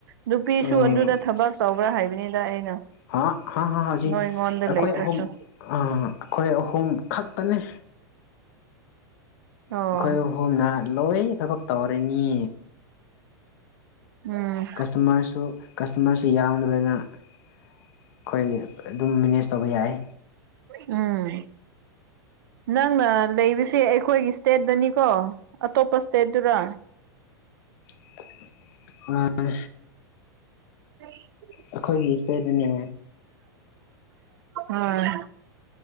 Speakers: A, on the right; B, on the left.
A: ꯅꯨꯄꯤꯁꯨ
B: ꯎꯝ
A: ꯑꯗꯨꯗ ꯊꯕꯛ ꯇꯧꯕ꯭ꯔꯥ ꯍꯥꯏꯕꯅꯤꯗ ꯑꯩꯅ
B: ꯍꯥ ꯍ ꯍꯖꯤ
A: ꯅꯣꯏꯉꯣꯟꯗ
B: ꯑꯩꯈꯣꯏ
A: ꯂꯩꯇ꯭ꯔꯁꯨ
B: ꯍ ꯑ ꯑꯩꯈꯣꯏ ꯀꯣꯝ ꯈꯛꯇꯅꯤ
A: ꯑꯣ
B: ꯑꯩꯈꯣꯏ ꯑꯍꯨꯝꯅ ꯂꯣꯏ ꯊꯕꯛ ꯇꯧꯔꯤꯅꯤ
A: ꯎꯝ
B: ꯀꯁꯇꯃꯔꯁꯨ ꯀꯁꯇꯃꯔꯁꯨ ꯌꯥꯝꯗꯕꯅ ꯑꯩꯈꯣꯏ ꯑꯗꯨꯝ ꯃꯦꯅꯦꯖ ꯇꯧꯕ ꯌꯥꯏ
A: ꯎꯝ ꯅꯪꯅ ꯂꯩꯕꯁꯦ ꯑꯩꯈꯣꯏꯒꯤ ꯏꯁꯇꯦꯠꯇꯅꯤꯀꯣ ꯑꯇꯣꯞꯄ ꯏꯁꯇꯦꯠꯇꯔ
B: ꯍ ꯑ
A: ꯎ
B: ꯑꯩꯈꯣꯏꯒꯤ ꯏꯁꯇ ꯑꯗꯨꯅꯦ
A: ꯑꯣꯝ